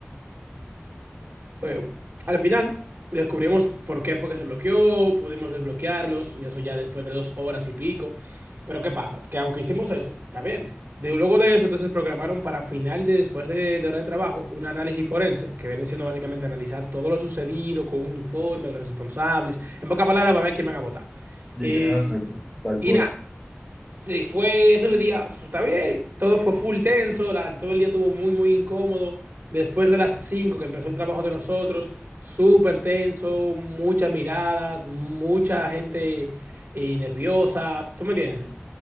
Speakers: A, on the right; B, in the centre.
A: bueno, al final descubrimos por qué fue que se bloqueó, pudimos desbloquearlos, y eso ya después de dos horas y pico. Pero ¿qué pasa? Que aunque hicimos eso, está bien. De- luego de eso, entonces programaron para final de después de, de hora de trabajo un análisis forense, que viene siendo básicamente analizar todo lo sucedido con un informe de los responsables. En pocas palabras, va a ver quién van a votar.
B: Literalmente,
A: Eh,
B: tal
A: y
B: cual.
A: nada, Sí, fue ese día, pues, está bien, todo fue full tenso, la- todo el día estuvo muy, muy incómodo. Después de las 5 que empezó el trabajo de nosotros, súper tenso, muchas miradas, mucha gente eh, nerviosa, ¿tú me entiendes?